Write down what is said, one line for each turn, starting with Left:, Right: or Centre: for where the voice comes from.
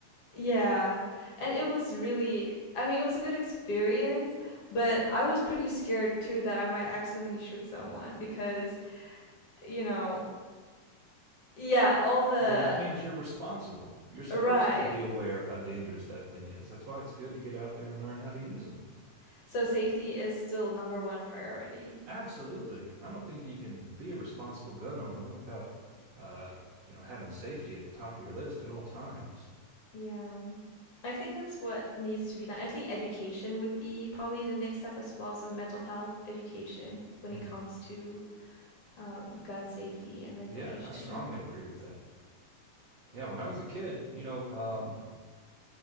Left: Yeah. And it was really, I mean, it was a good experience, but I was pretty scared too that I might accidentally shoot someone because, you know, yeah, all the,
Right: Well, that means you're responsible. You're supposed
Left: right.
Right: to be aware of how dangerous that thing is. That's why it's good to get out there and learn how to use them.
Left: So
Right: Uh,
Left: safety is still number one priority.
Right: Absolutely. I don't think you can be a responsible gun owner without, uh, you know, having safety at the top of your list at all times.
Left: Yeah. I think that's what needs to be done. I think education would be probably the next step as well. So mental health education when it
Right: Mm.
Left: comes to um, gun safety and regulation.
Right: Yeah, I strongly agree with that.
Left: Yeah.
Right: Yeah, when I was a kid, you know, um,